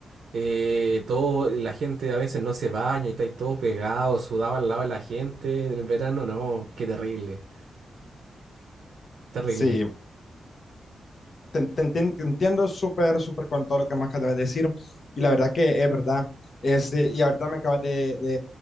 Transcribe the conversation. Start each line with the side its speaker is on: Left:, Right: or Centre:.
Right: Eh, todo, la gente a veces no se baña y está ahí todo pegado, sudaba al lado de la gente en el verano, no, qué terrible, terrible.
Left: Sí, te, te entien- te entiendo súper, súper con todo lo que me acabas de decir. Y la verdad que es verdad. Este, y ahorita me acabas de, de,